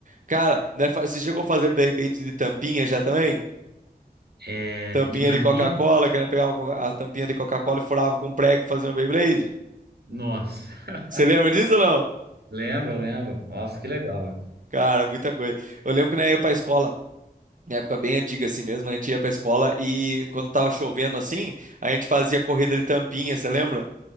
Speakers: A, on the right (about 55°); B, on the right (about 85°).
A: Cara, né, fa- você chegou a fazer Beyblade de tampinha já também?
B: É,
A: Tampinha
B: de tampinha.
A: de Coca-Cola, que né, pegava a Coca- a tampinha de Coca-Cola e furava com um prego e fazia uma Beyblade?
B: Nossa, <laughs>
A: Você lembra disso ou não?
B: lembro, lembro. Nossa, que legal. velho.
A: Cara, muita coisa. Eu lembro que na época ia pra escola, na época bem antiga assim mesmo, a gente ia pra escola e quando tava chovendo assim, a gente fazia corrida de tampinha, você lembra?